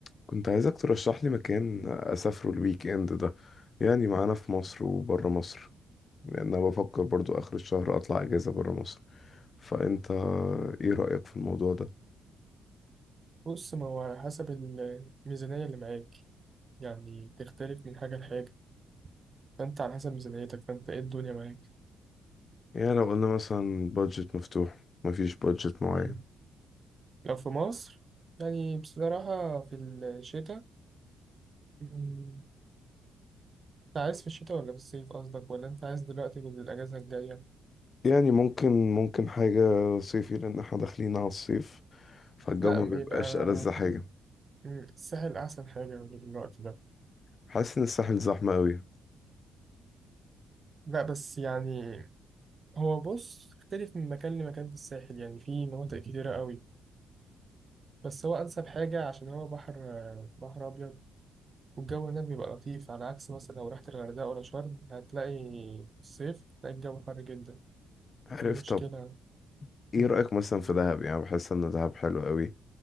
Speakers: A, on the left; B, on the right.
A: كنت عايزك ترشح لي مكان أسافره الويك إند ده يعني معانا في مصر وبره مصر لأن أنا بفكر برضو آخر الشهر أطلع أجازة بره مصر فأنت إيه رأيك في الموضوع ده؟
B: بص ما هو على حسب الميزانية اللي معاك يعني تختلف من حاجة لحاجة فأنت على حسب ميزانيتك فأنت إيه الدنيا معاك
A: يعني لو قلنا مثلا بادجت مفتوح مفيش بادجت معين
B: مم. لو في مصر يعني بصراحة في الشتاء مم، أنت عايز في الشتاء ولا في الصيف قصدك ولا أنت عايز دلوقتي في الأجازة الجاية؟
A: يعني ممكن ممكن حاجة صيفي لأن احنا داخلين على الصيف فالجو
B: لا
A: ما
B: ما
A: بيبقاش
B: يبقى أعتقد
A: ألذ حاجة
B: مم، الساحل أحسن حاجة في الوقت ده
A: حاسس إن الساحل زحمة أوي
B: لا بس يعني هو بص اختلف من مكان لمكان في الساحل يعني في مناطق كتيرة قوي بس هو أنسب حاجة عشان هو بحر بحر أبيض والجو هناك بيبقى لطيف على عكس مثلا لو رحت الغردقة ولا شرم هتلاقي في الصيف هتلاقي الجو حر جدا
A: عارف
B: دي مشكلة
A: طب ايه
B: مم.
A: رأيك مثلا في دهب يعني بحس ان دهب حلو قوي